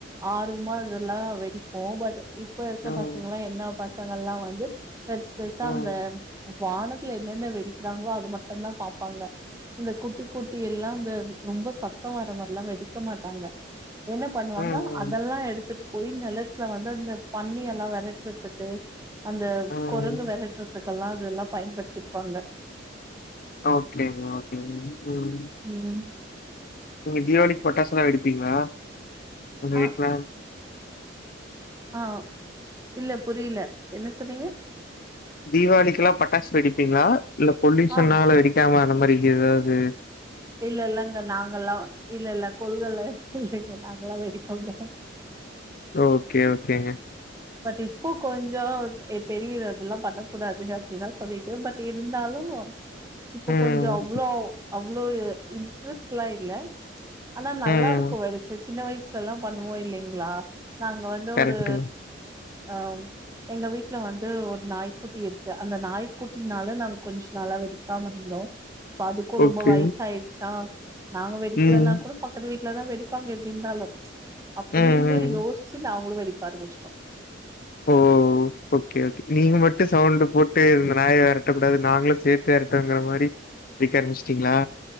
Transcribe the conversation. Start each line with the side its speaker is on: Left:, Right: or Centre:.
Right: ஆர்வமா அதெல்லா வெடிப்போ பட் இப் இப்ப இருக்க
Left: ம்,
Right: பசங்கலா என்ன பசங்களல்லா வந்து பெருசு பெருசா
Left: ம்,
Right: அந்த வானத்துல என்னென்ன வெடிக்கிறாங்களோ அது மட்டுதா பாப்பாங்க இந்த குட்டி குட்டி எல்லா இந்த ரொம்ப சத்த வர மாரில்லா வெடிக்க மாட் டாங்க என்ன பண்ணுவாங்க
Left: ம், ம்,
Right: அதெல்லா எடுத்துட்டு போய் நெலத் துல வந்து அந்த பன்னி எல்லா விரட்டுறதுக்கு அந்த
Left: ம்.
Right: குரங்கு விரட்டுறதுக் க்கெல்லா அதெல்லா பயன்படுத்திப்பாங்க
Left: ஓகேங்க ஓகேங்க ம்
Right: ம்
Left: நீங்க தீபாவளிக்கு பட்டாசு எல்லா வெடிப்பீங்களா உங்க
Right: ஆ
Left: விட்ல
Right: ஆ இல்ல புரியில என்ன சொல்றீங்க
Left: தீவளிக்கு எல்லா பட்டாஸ் வெடிப்பீங்களா இல்ல பொலுயூஷன்னால
Right: ஆ
Left: வெடிக்காம அந்த மாரி ஏதாவ்து
Right: இல்ல இல்லங்க நாங் கல்லா இல்ல இல்ல கொள்கைல்ல இல்லைங்க நாங்கல்லா வெடிப்போங்க
Left: ஓகே ஓகேங்க
Right: பட் இப்போ கொஞ்சோ தெரியுது அதெல்லா பண்ணக் கூடாதுனு அப்டில்லா சொல்லிட்டு பட் இருந்தாலு இப்ப
Left: ம்
Right: கொஞ்சோ அவ்ளோ அவ்ளோ இ இன்ட்ரெஸ்ட்லா இல்ல ஆனா நல்லா
Left: ம்
Right: இருக்கு வெடிச்சி சின்ன வய்சுல எல்லா பண்ணுவோ இல்லைங்களா நாங்க வந்து
Left: கரெக்ட்டுங்க
Right: ஒரு அ எங்க வீட்ல வந்து ஒரு நாய்க்குட்டி இருக்கு அந்த நாய்க்குட்டினால நாங்க கொஞ்ச நாளா வெடி க்காம இருந்தோ இப்ப அதுக்கு ரொம்ப
Left: ஓகே
Right: வய்சு ஆயிடுச்சா நாங்க வெடிக்கலனா
Left: ம்
Right: கூட பக்கத்து வீட்லலா வெடிப்பாங்க எப்டி இருந்தாலு அப்டிந்து
Left: ம் ம்
Right: யோசிச்சு நாங்களு வெடிக்க ஆரம்பிச்சிட்டோ
Left: ஓ ஓகே ஓகே நீங்க மட்டும் சவுண்டு போட்டு இந்த நாய வெரட்டக் கூடாது நாங்களு சேத்து வெரட்டுவோங்கிற மாரி வெடிக்க ஆரமிச்சிட்டீங்களா